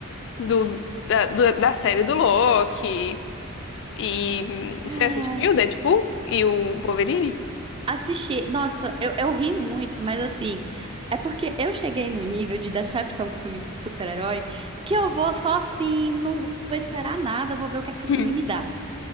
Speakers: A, on the left; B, on the right.
A: dos, da, do- da série do Loki. E hum,
B: É.
A: você assistiu o Deadpool e o Wolverine?
B: Assisti, nossa, eu, eu ri muito, mas assim, é porque eu cheguei no nível de decepção com o filme de super-herói que eu vou só assim, não vou esperar nada, vou ver o que é que o filme
A: Hum.
B: me dá.